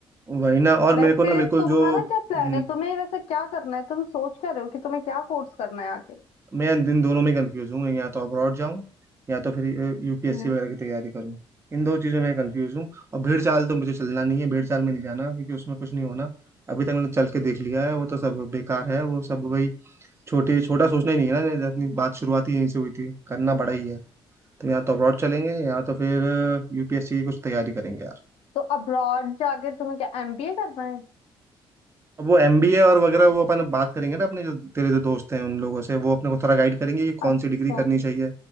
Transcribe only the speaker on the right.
वही ना और
मेरे को ना बिल्कुल
जो हम्म,
मैं इन दोनों में कंफ्यूज हूँ या तो अब्रॉड जाऊँ या तो फिर यूपीएससी
वगैरह की तैयारी करूँ इन दो चीज़ों में कंफ्यूज हूँ और भीड़ चाल तो मुझे चलना नहीं है भीड़ चाल में नहीं जाना क्योंकि उसमें कुछ नहीं होना अभी तक मैंने चल के देख लिया है वो तो सब बेकार है वो सब वही छोटे छोटा सोचना ही नहीं है ना अपनी बात शुरुआत ही यहीं से हुई थी करना बड़ा ही है तो या तो अब्रॉड चलेंगे या तो फिर यूपीएससी की कुछ तैयारी करेंगे
अब वो एमबीए और वगैरह वो अपन बात करेंगे ना अपने जो तेरे जो दोस्त हैं उन लोगों से वो अपने को थोड़ा गाइड करेंगे कि कौन
सी डिग्री करनी चाहिए